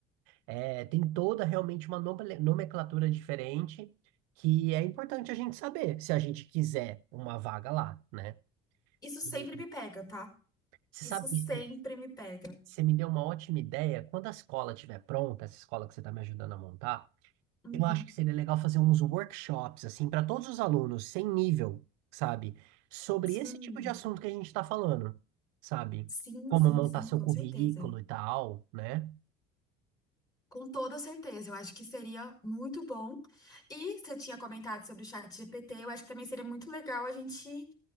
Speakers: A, on the right; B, on the left.
A: É, tem toda realmente uma nome- nomenclatura diferente que é importante a gente saber se a gente quiser uma vaga lá, né?
B: isso sempre
A: E
B: me pega, tá?
A: você
B: Isso
A: sabe,
B: sempre
A: isso-
B: me pega.
A: você me deu uma ótima ideia. Quando a escola estiver pronta, essa escola que você está me ajudando a montar,
B: Uhum.
A: eu acho que seria legal fazer uns workshops, assim, para todos os alunos, sem nível, sabe? Sobre
B: Sim,
A: esse tipo de assunto que a gente está falando, sabe?
B: sim,
A: Como
B: sim,
A: montar
B: sim,
A: seu
B: com
A: currículo
B: certeza.
A: e tal, né?
B: Com toda certeza, eu acho que seria muito bom. E você tinha comentado sobre o chat GPT, eu acho que também seria muito legal a gente